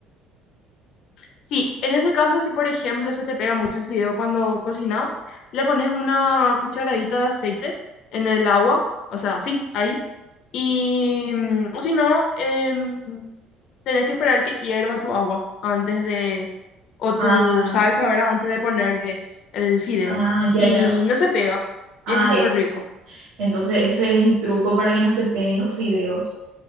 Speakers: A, on the left; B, on the right.
A: Sí, en ese caso, si por ejemplo se te pega mucho el fideo cuando cocinas, le pones una cucharadita de aceite en el agua, o sea, así, ahí. Y, mm, o si no, em, tenés que esperar que hierva tu agua antes de, o tu
B: Ah,
A: salsa, ¿verdad? Antes de ponerle el fideo.
B: ah, ya,
A: Y
B: ya.
A: no se pega.
B: Ah,
A: Y es muy
B: eh,
A: rico.
B: entonces ese es el truco para que no se peguen los fideos.